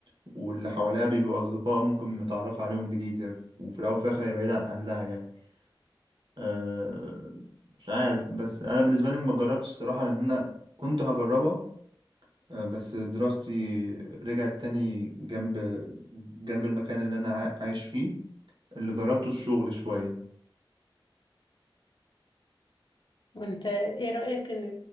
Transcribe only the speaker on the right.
واللي حواليها بيبقوا أصدقاء ممكن نتعرف عليهم جديد وفي الأول وفي الآخر هي بعيدة عن أهلها يعني أه مش عارف بس أنا بالنسبة لي ما جربتش الصراحة لأن أنا كنت هجربها أه بس دراستي رجعت تاني جنب جنب المكان اللي أنا عا- عايش فيه اللي جربته الشغل شوية